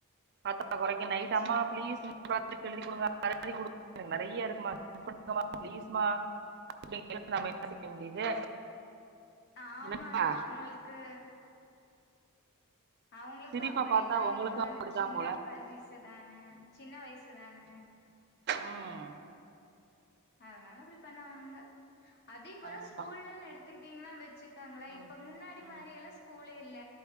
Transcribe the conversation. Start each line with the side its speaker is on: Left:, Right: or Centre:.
Right: பத்தாத கொறைக்கு நைட்
Left: சே
Right: அம்மா பிளீஸ் ப்ராஜக்ட் எழுதி குடுங்க அத பண்ணி குடுங்க நெறைய இருக்குமா ஹெல்ப் பண்ணுங்கமா பிளீஸ்மா <inaudible> நம்ம என்ன செய்ய முடியுது
Left: ஆமாங்க
Right: என்னப்பா
Left: அவுங்களுக்கு அவுங்களுக்கு
Right: சிரிப்ப
Left: அப்படிதா
Right: பாத்தா உங்களுக்கும்
Left: இப்ப வந்து
Right: அப்படித்தான்
Left: சின்ன
Right: போல
Left: பரிசு தானே சின்ன வயசுதானே
Right: உம்
Left: அதனால இப்புடி பண்ணுவாங்க அதே இப்போ எல்லா
Right: ஆமா
Left: ஸ்கூல்லு எடுத்துக்கிட்டீங்கன்னா வெச்சி இருக்காங்களா இப்ப
Right: ம்
Left: முன்னாடி
Right: ம்
Left: மாரி எல்லா ஸ்கூலே இல்ல